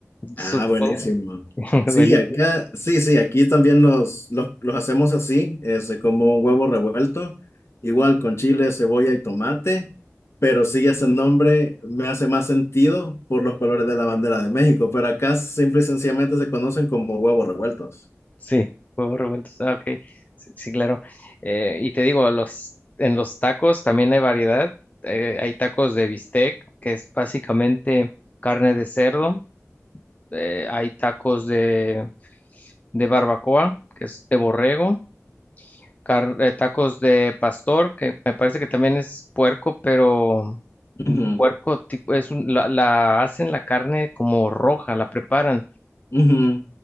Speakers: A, on the left; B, on the left.
A: Ah,
B: supongo.
A: buenísimo.
B: <laughs>
A: Sí,
B: Bueno,
A: acá, sí, sí, aquí también los, los, los hacemos así, es como un huevo revuelto, igual con chile, cebolla y tomate, pero sí ese nombre me hace más sentido por los colores de la bandera de México, pero acá simple y sencillamente se conocen como huevos revueltos.
B: Sí, huevos revueltos. Ah, ok. Sí, sí, claro. Eh, y te digo, los, en los tacos también hay variedad. Eh, hay tacos de bistec, que es básicamente carne de cerdo. Eh, hay tacos de, de barbacoa, que es de borrego. Car- eh, tacos de pastor, que me parece que también es puerco, pero mm,
A: Ujú,
B: puerco tipo, es un- la, la hacen la carne como roja, la preparan.
A: ujú.